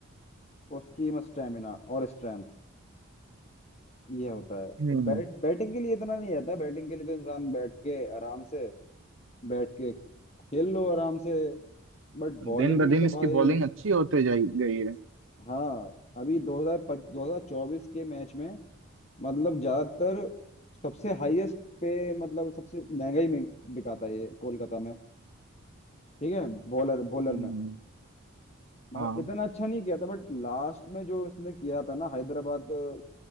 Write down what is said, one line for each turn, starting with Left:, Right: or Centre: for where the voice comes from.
Left: उसकी स्टेमिना और स्ट्रेंथ ये होता है
Right: हम्म
Left: अब बैट बैटिंग के लिए इतना नहीं आता बैटिंग के लिए तो इंसान बैठ के आराम से बैठ के खेल लो आराम से बट बॉलिंग
Right: दिन ब
Left: में
Right: दिन
Left: तो
Right: इसकी
Left: भाई
Right: बॉलिंग अच्छी होते जाई गई है
Left: हाँ अभी 2000 2024 के मैच में मतलब ज्यादातर सबसे हाईएस्ट पे मतलब सबसे महंगा ही में- बिका था ये कोलकाता में ठीक है बॉलर बॉलर
Right: हम्म
Left: में मगर
Right: हाँ
Left: इतना अच्छा नहीं किया था बट लास्ट में जो उसने किया था ना हैदराबाद अ,